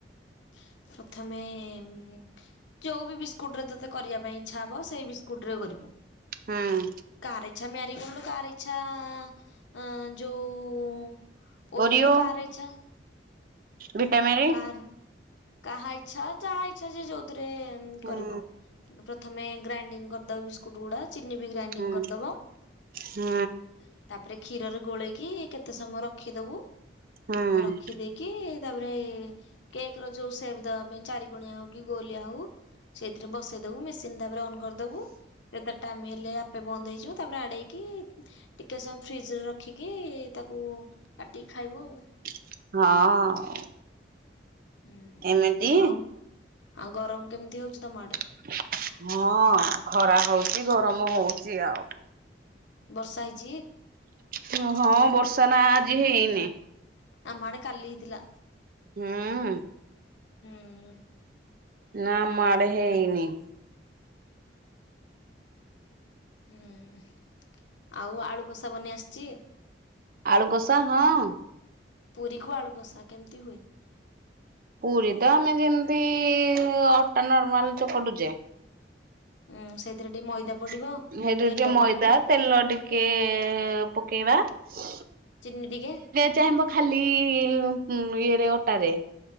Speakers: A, on the left (about 85°); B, on the right (about 50°).
A: <inaudible> <inaudible>
B: ହୁଁ।
A: <inaudible> <inaudible>
B: ଓରିଓ <inaudible>
A: କାହାର <inaudible>
B: ହୁଁ
A: <inaudible>
B: ହୁଁ
A: <inaudible>
B: ହୁଁ
A: <inaudible>
B: ହୁଁ
A: <inaudible> <inaudible> <inaudible> <inaudible>
B: <inaudible>
A: <inaudible>
B: ଏମିତି <inaudible>
A: <inaudible>
B: <inaudible>
A: <inaudible>
B: <inaudible>
A: <inaudible>
B: <inaudible>
A: <inaudible>
B: <inaudible>
A: <inaudible>
B: <inaudible>
A: <inaudible>
B: <inaudible>
A: ତେଲ ପଡ଼ିବ <inaudible>
B: <inaudible>